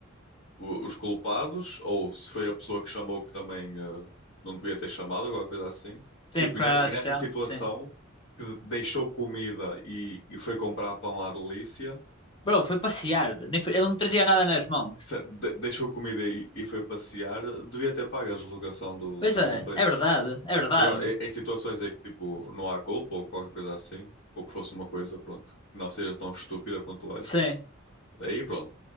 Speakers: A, on the left; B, on the left.
A: o- os culpados, ou se foi a pessoa que chamou que também eh, não devia ter chamado, alguma coisa assim.
B: sim,
A: Tipo,
B: porque
A: e, ne-
B: não era
A: e
B: especial,
A: nessa situação
B: sim.
A: que deixou comida e, e foi comprar pão à delícia,
B: Bro, foi passear, nem foi, eu não trazia nada nas mãos.
A: se- de- deixou comida e, e foi passear, devia ter pago a deslocação do-
B: Pois
A: dos
B: é,
A: bombeiros.
B: é verdade, é verdade.
A: Agora, em, em situações em que tipo, não há culpa ou qualquer coisa assim, ou que fosse uma coisa, pronto, que não seja tão estúpida quanto essa,
B: Sim,
A: Aí pronto,